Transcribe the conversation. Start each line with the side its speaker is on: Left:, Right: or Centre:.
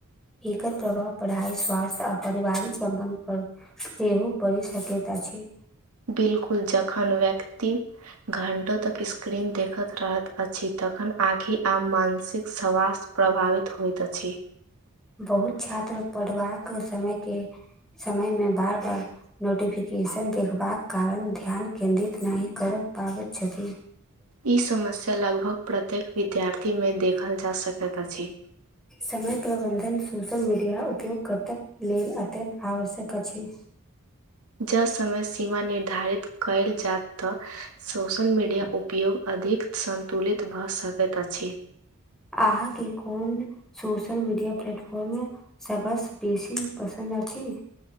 Centre: एकर प्रभाव पढ़ाइ स्वास्थ्य आ परिवारिक समबन्ध पर सेहो पड़ि सकैत अछि।
Right: बिल्कुल जखन व्यक्ति घंटो तक स्क्रीन देख खत रहैत अछि तखन आँखि आ मानसिक स्वास्थ्य प्रभावित होइत अछि।
Centre: बहुत छात्र पढ़बाक समयके समय मे बार बार। नोटिफिकेशन देखबाक कारण ध्यान केन्द्रित नहि कर पाबैत छथि।
Right: ई समस्या लगभग प्रत्येक विद्यार्थीमे देखल जा सकैत अछि
Centre: समय प्रबन्धन सोशल मीडिया उपयोगकर्ताक लेल अत्यन्त आवश्यक अछि।
Right: जँ समय सीमा निर्धारित कयल जायत तऽ सोशल मीडिया उपयोग अधिक सन्तुलित भऽ सकैत अछि।
Centre: आहाँ के कोन सोशल मीडिया प्लेटफॉर्म सबस बेसी पसन्द अछि।